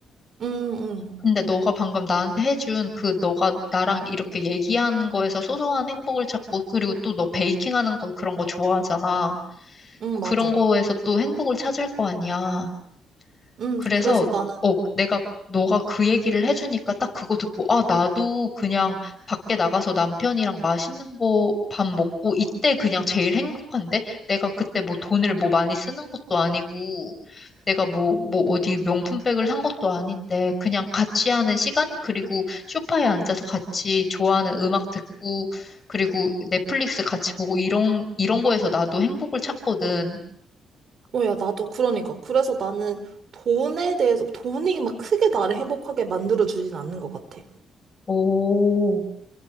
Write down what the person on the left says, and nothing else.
근데 너가 방금 나한테 해준 그 너가 나랑 이렇게 얘기한 거에서 소소한 행복을 찾고 그리고 또 너 베이킹 하는 거 그런 거 좋아하잖아.
그런 거에서 또 행복을 찾을 거 아니야.
그래서,
어, 내가, 너가 그 얘기를 해주니까 딱 그거 듣고, 아, 나도 그냥 밖에 나가서 남편이랑 맛있는 거 밥 먹고, 이때 그냥 제일 행복한데? 내가 그때 뭐 돈을 뭐 많이 쓰는 것도 아니고, 내가 뭐, 뭐 어디 명품백을 산 것도 아닌데, 그냥 같이 하는 시간? 그리고 소파에 앉아서 같이 좋아하는 음악 듣고, 그리고 넷플릭스 같이 보고, 이런, 이런 거에서 나도 행복을 찾거든.
오.